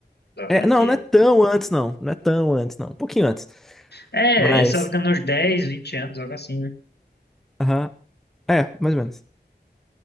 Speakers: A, on the left (about 70°); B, in the centre.
A: Da
B: É,
A: franquia.
B: não, não é tão antes, não. Não é tão antes, não. Um pouquinho antes.
A: É,
B: Mas,
A: só fica nos 10, 20 anos, algo assim, né?
B: aham. É, mais ou menos.